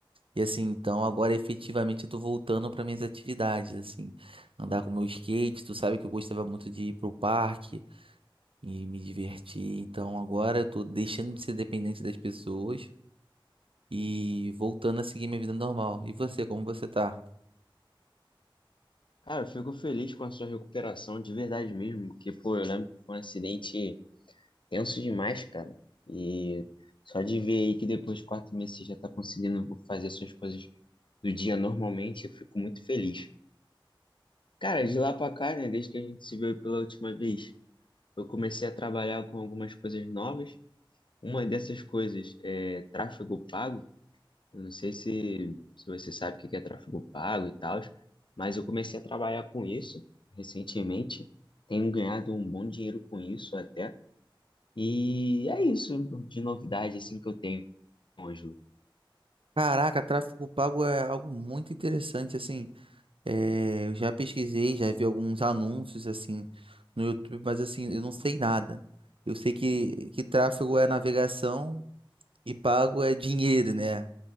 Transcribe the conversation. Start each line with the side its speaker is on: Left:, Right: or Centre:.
Right: E assim, então agora efetivamente eu tô voltando para minhas atividades, assim, andar com meu skate, tu sabe que eu gostava muito de ir pro parque e me divertir, então agora eu tô deixando de ser dependente das pessoas e voltando a seguir minha vida normal. E você, como você tá?
Left: Cara, eu fico feliz com a sua recuperação, de verdade mesmo, porque, pô, eu lembro que foi um acidente. tenso demais, cara. E só de ver aí que depois de quatro meses você já tá conseguindo fazer suas coisas do dia normalmente, eu fico muito feliz. Cara, de lá pra cá, né, desde que a gente se viu pela última vez, eu comecei a trabalhar com algumas coisas novas. Uma dessas coisas é tráfego pago. Eu não sei se, se você sabe o que que é tráfego pago e tal, mas eu comecei a trabalhar com isso recentemente. Tenho ganhado um bom dinheiro com isso até. E é isso de novidade assim que eu tenho, Ângelo.
Right: Caraca, tráfego pago é algo muito interessante, assim, é, eu já pesquisei, já vi alguns anúncios, assim, no YouTube, mas assim, eu não sei nada. Eu sei que, que tráfego é navegação e pago é dinheiro, né?